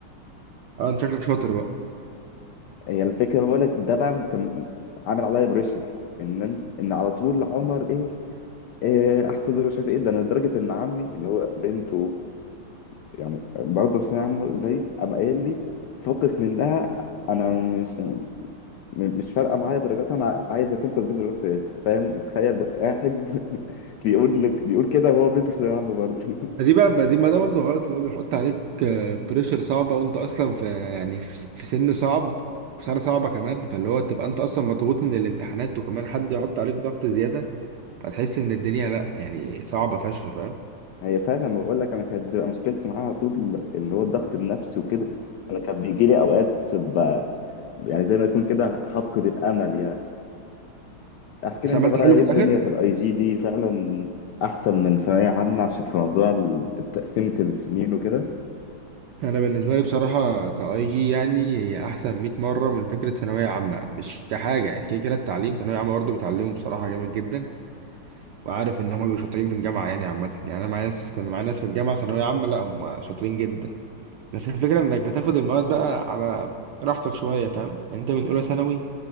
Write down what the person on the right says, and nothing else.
اه انت شكلك شاطر بقى
ما دي بقى ما دي ما ده برضه غلط اللي هو بيحط عليك بريشر صعبة وانت اصلا في يعني في س- في سن صعب وسنة صعبة كمان فاللي هو تبقى انت اصلا مضغوط من الامتحانات وكمان حد يحط عليك ضغط زيادة فتحس ان الدنيا لا يعني صعبة فشخ فاهم
بس
عملت
حلو
في
الاخر
انا بالنسبة لي بصراحة كاي جي يعني هي احسن 100 مرة من فكرة ثانوية عامة مش كحاجة يعني كده كده التعليم ثانوية عامة برضه بتعلمه بصراحة جامد جدا وعارف ان هم بيبقوا شاطرين في الجامعه يعني عامه يعني انا معايا ناس كان معايا ناس في الجامعه ثانويه عامه لا هم شاطرين جدا بس الفكره انك بتاخد المواد بقى على راحتك شويه فاهم انت من اولى ثانوي